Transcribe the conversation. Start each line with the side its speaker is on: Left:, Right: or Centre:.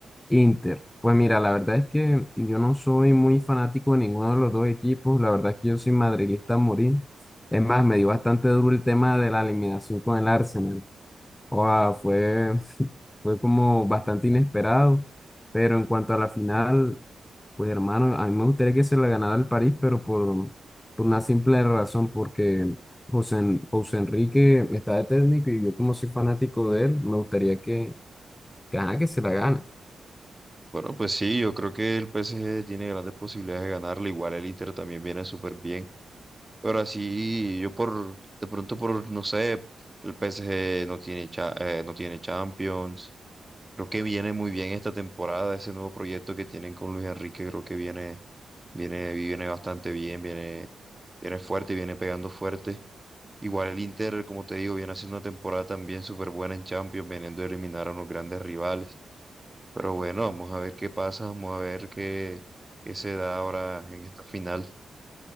Left: Inter. Pues mira, la verdad es que yo no soy muy fanático de ninguno de los dos equipos. La verdad es que yo soy madridista a morir. Es más, me dio bastante duro el tema de la eliminación con el Arsenal. O sea, fue, <laughs> fue como bastante inesperado. Pero en cuanto a la final, pues hermano, a mí me gustaría que se la ganara el París, pero por, por una simple razón, porque José, En- José Enrique está de técnico y yo como soy fanático de él, me gustaría que, que, ajá, que se la gane.
Right: Bueno, pues sí, yo creo que el PSG tiene grandes posibilidades de ganarle. Igual el Inter también viene súper bien. Pero así, yo por, de pronto por, no sé. El PSG no tiene, cha- eh, no tiene Champions. Creo que viene muy bien esta temporada, ese nuevo proyecto que tienen con Luis Enrique, creo que viene, viene, viene bastante bien, viene, viene fuerte, viene pegando fuerte. Igual el Inter, como te digo, viene haciendo una temporada también súper buena en Champions, veniendo a eliminar a unos grandes rivales. Pero bueno, vamos a ver qué pasa, vamos a ver qué, qué se da ahora en esta final.